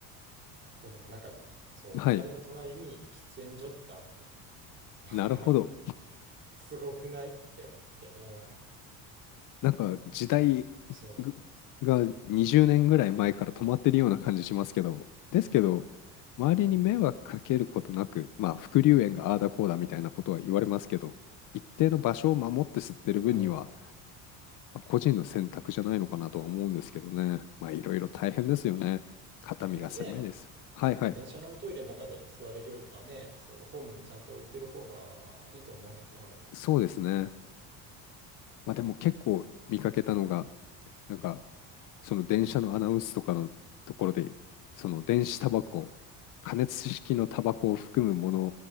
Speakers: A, on the right; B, on the left.
A: ホームの中にね。そう、
B: はい。
A: あれの隣に喫煙所ってあって。<laughs>
B: なるほど。
A: すごくないって思って。うん。
B: なんか時代
A: そ
B: ぐが20年ぐらい前から止まってるような感じしますけど、ですけど、周りに迷惑かけることなく、まあ、副流煙がああだこうだみたいなことは言われますけど、一定の場所を守って吸ってる分には、
A: う。うん。
B: まあ個人の選択じゃないのかなとは思うんですけどね。まあいろいろ大変ですよね。肩身が狭いです。
A: 逆にね、
B: はいはい。
A: 電車のトイレの中で座れるよりかはね、そう、ホームにちゃんと置いてる方がいいと思うけどね、俺も。
B: そうですね。まあでも結構見かけたのが、
A: だよね。
B: なんかその電車のアナウンスとかのところで、その電子タバコ、加熱式のタバコを含むもの